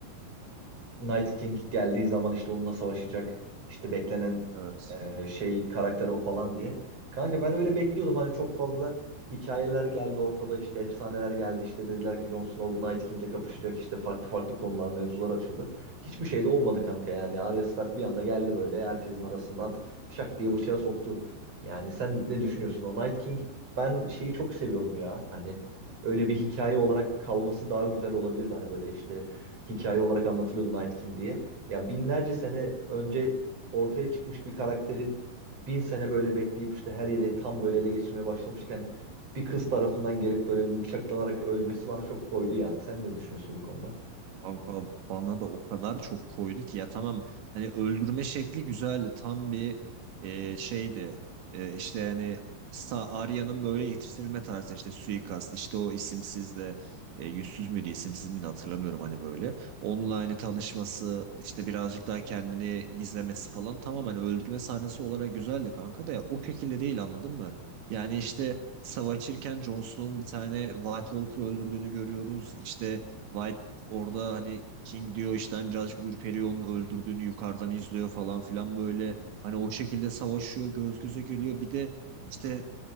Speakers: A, on the right (about 35°); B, on the right (about 80°).
A: Night King geldiği zaman işte onunla savaşacak. işte beklenen
B: Evet.
A: e, şey karakter o falan diye. Kanka ben öyle bekliyordum hani çok fazla hikayeler geldi ortada işte efsaneler geldi işte dediler ki Jon Snow bu Night King'le kapışacak işte farklı farklı konular mevzular açıldı. Hiçbir şey de olmadı kanka yani Arya Stark bir anda geldi böyle herkesin arasından şak diye bıçağı soktu. Yani sen ne düşünüyorsun o Night King ben şeyi çok seviyordum ya hani öyle bir hikaye olarak kalması daha güzel olabilirdi hani böyle işte hikaye olarak anlatılıyordu Night King diye. Ya binlerce sene önce ortaya çıkmış bir karakterin bin sene böyle bekleyip işte her yere tam böyle ele geçirmeye başlamışken bir kız tarafından gelip böyle bir bıçaklanarak ölmesi bana çok koydu yani. Sen ne düşünüyorsun bu konuda?
B: Kanka bana da o kadar çok koydu ki ya tamam hani öldürme şekli güzeldi tam bir e, şeydi E, işte yani Sa- Arya'nın böyle yetiştirilme tarzı işte suikast işte o isimsiz de e, yüzsüz müydü isimsiz miydi hatırlamıyorum hani böyle online tanışması işte birazcık daha kendini gizlemesi falan tamam hani öldürme sahnesi olarak güzeldi kanka da ya, o şekilde değil anladın mı? Yani işte savaşırken Jon Snow'un bir tane White Walker öldürdüğünü görüyoruz işte White Orada hani King diyor işte hani birazcık ürperiyor onun öldürdüğünü yukarıdan izliyor falan filan böyle. Hani o şekilde savaşıyor göz göze geliyor. Bir de işte